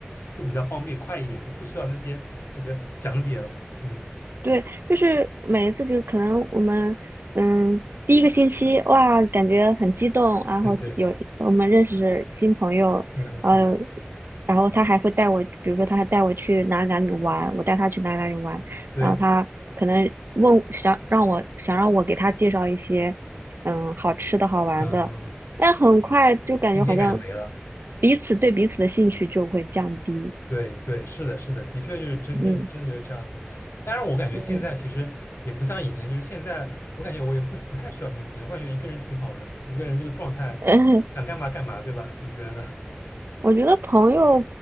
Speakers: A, on the left (about 80°); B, on the right (about 65°).
A: 会比较方便快一点，就不需要那些这个讲解了。嗯，
B: 对，就是每一次就可能我们，嗯，第一个星期哇，感觉很激动，然后有我们认识新朋友，
A: 对对，嗯、
B: 呃，
A: 对
B: 然后他还会带我，比如说他还带我去哪里哪里玩，我带他去哪里哪里玩，
A: 对，
B: 然后他可能问想让我想让我给他介绍一些，嗯，好吃的好玩的，
A: 嗯、
B: 但很快就感觉好像
A: 新鲜感就没了。
B: 彼此对彼此的兴趣就会降低，
A: 对对，是的，是的，的确就是真正真的就是这样子。
B: 嗯
A: 当然，我感觉现在其实也不像以前，
B: 嗯。
A: 就是现在我感觉我也不不太需要什么朋友，我感觉一个人挺好的，一个人这个状态想干嘛干嘛，
B: 嗯，
A: 对吧？你觉得呢？
B: 我觉得朋友，